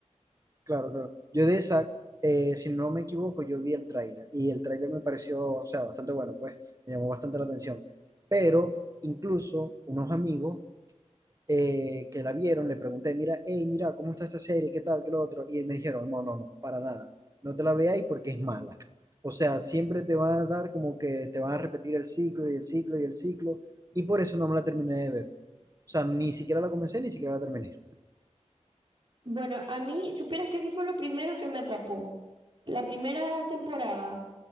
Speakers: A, on the right; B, on the right.
A: Claro, claro. Yo de esa, eh, si no me equivoco, yo vi el tráiler y el tráiler me pareció, o sea, bastante bueno, pues me llamó bastante la atención. Pero incluso unos amigos eh, que la vieron, le pregunté, mira, hey, mira, ¿cómo está esta serie? ¿Qué tal? ¿Qué lo otro? Y me dijeron, no, no, no, para nada. No te la veáis porque es mala. O sea, siempre te van a dar como que te van a repetir el ciclo y el ciclo y el ciclo. Y por eso no me la terminé de ver. O sea, ni siquiera la comencé, ni siquiera la terminé.
B: Bueno, a mí supieras que eso fue lo primero que me atrapó. La primera temporada